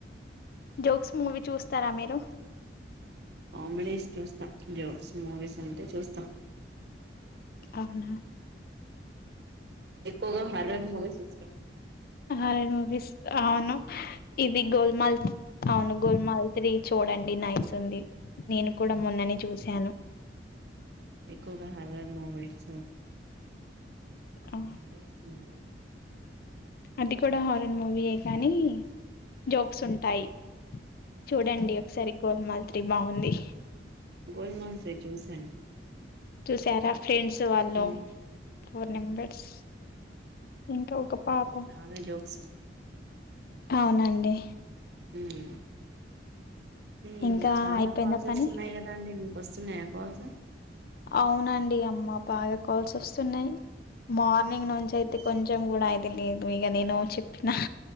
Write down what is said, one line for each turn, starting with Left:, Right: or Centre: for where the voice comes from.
Left: జోక్స్ మూవీ చూస్తారా మీరు
Right: కామెడీస్ చూస్తాం జోక్స్ మూవీస్ అంటే చూస్తాం
Left: అవునా
Right: ఎక్కువగా హార్రర్ మూవీస్ ఇష్టం
Left: హార్రర్ మూవీస్ అవును ఇది గోల్మాల్ అవును గోల్మాల్ ి చూడండి నైస్ ఉంది నేను కూడా మొన్ననే చూశాను
Right: ఎక్కువగా హార్రర్ మూవీస్ చాలా
Left: ఆ!
Right: <inaudible>
Left: అది కూడా హార్రర్ మూవీయే కానీ జోక్స్ ఉంటాయి చూడండి ఒకసారి గోల్ మాల్స్ డి బాగుంది
Right: గోల్మాల్స్ నేను చూసాను
Left: చూశారా ఫ్రెండ్స్ వాళ్ళు
Right: ఉమ్
Left: ఫోర్ నెంబర్స్ ఇంకా ఒక పాప
Right: చాలా జోక్స్ ఉన్నాయి.
Left: అవునండి
Right: ఉమ్ ఉమ్
Left: ఇంకా
Right: చాలా
Left: అయిపోయిందా
Right: కాల్స్
Left: పని
Right: వస్తున్నాయి కదా అండి మీ వస్తున్నాయా కాల్స్ ఉ
Left: అవునండి అమ్మ బాగా కాల్స్ వస్తున్నాయి మార్ నింగ్ నుంచి
Right: ఉమ్
Left: అయితే కొంచెం గూడ ఐ తెలీదు ఇక నేను చెప్పినా